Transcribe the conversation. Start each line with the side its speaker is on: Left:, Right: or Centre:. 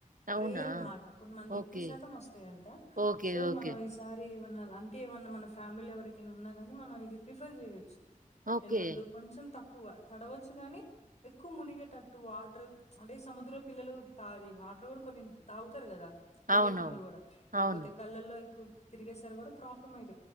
Right: అవునా
Left: రేర్ అనమాట కొంతమంది
Right: ఓకే
Left: ఎక్కువ శాతం వస్తాయంట
Right: ఓకే
Left: సో
Right: ఓకే
Left: మనం ఈసారి ఏమైనా అంటే ఏమన్నా మన ఫ్యామిలీ ఎవరికైనా ఉన్నా గానీ మనం ఇది ప్రిఫర్ చేయొచ్చు
Right: ఓకే
Left: వెల్ళొద్దు కొంచెం తక్కువ తడవచ్చు గాని ఎక్కువ మునిగేటట్టు వాటర్ అంటే సముద్ర పిల్లలు తాది వాటర్ కూడా కొన్ని తాగుతారు కదా తెలియకుండా
Right: అవునవును
Left: కూడా లేపోతే
Right: అవును
Left: కళ్ళల్లో ఎక్కువ తిరిగేసరి కూడా ప్రాబ్లమ్ అయితు